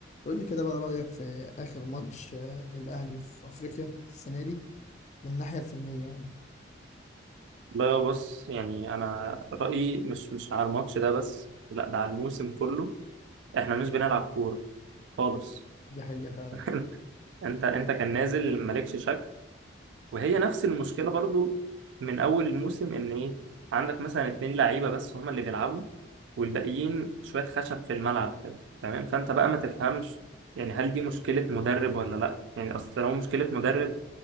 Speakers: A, on the left; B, on the right.
A: قول لي كده بقى رأيك في آخر ماتش آه، للأهلي في أفريقيا السنة دي من الناحية الفنية يعني
B: بقى بص يعني انا رايي مش مش على الماتش ده بس لا ده على الموسم كله احنا مش بنلعب كوره خالص
A: دي حقيقة فعلا
B: <laughs> انت انت كان نازل مالكش شكل وهي نفس المشكله برضو من اول الموسم ان ايه عندك مثلا اتنين لعيبه بس هما اللي بيلعبوا والباقيين شويه خشب في الملعب كده تمام فانت بقى ما تفهمش يعني هل دي مشكله مدرب ولا لا يعني اصل لو مشكله مدرب